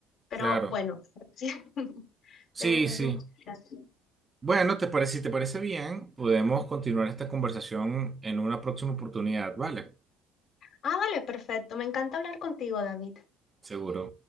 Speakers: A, on the left; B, on the right.
A: Pero
B: Claro,
A: bueno, <laughs> sí, <laughs>
B: sí,
A: es, es
B: sí.
A: un poquito así.
B: Bueno, te parece, si te parece bien, podemos continuar esta conversación en una próxima oportunidad, ¿vale?
A: Ah, vale, perfecto. Me encanta hablar contigo, David.
B: Seguro.